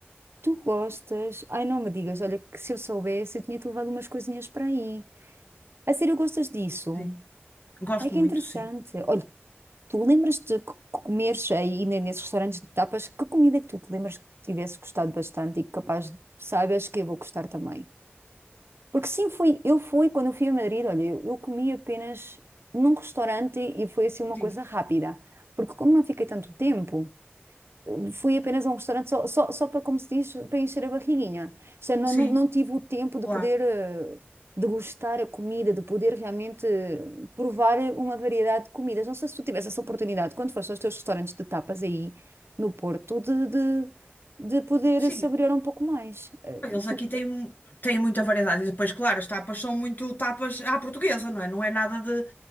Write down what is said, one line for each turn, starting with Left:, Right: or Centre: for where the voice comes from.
Right: Tu gostas? Ai, não me digas, olha, que se eu soubesse, eu tinha-te levado umas coisinhas para aí. A sério, gostas disso?
Left: Sim, gosto
Right: Ai, que
Left: muito,
Right: interessante.
Left: sim.
Right: Olha, tu lembras-te que comeres aí ne- nesses restaurantes de tapas? Que comida é que tu te lembras que tivesse gostado bastante e que capaz, saibas que eu vou gostar também? Porque sim, fui, eu fui, quando eu fui a Madrid, olha, eu, eu comi apenas num restaurante e, foi assim uma
Left: Sim,
Right: coisa rápida. Porque como não fiquei tanto tempo, eh, fui apenas a um restaurante só, só, só para, como se diz, para encher a barriguinha. Já não,
Left: sim,
Right: não, não tive o tempo de
Left: claro.
Right: poder eh, degustar a comida, de poder realmente eh, provar uma variedade de comidas. Não sei se tu tivesse essa oportunidade, quando foste aos teus restaurantes de tapas aí no Porto, de, de, de poder
Left: Sim,
Right: saborear um pouco mais. Eh,
Left: eles
Right: Tu,
Left: aqui têm, um- têm muita variedade. E depois, claro, as tapas são muito tapas à portuguesa, não é? Não é nada de,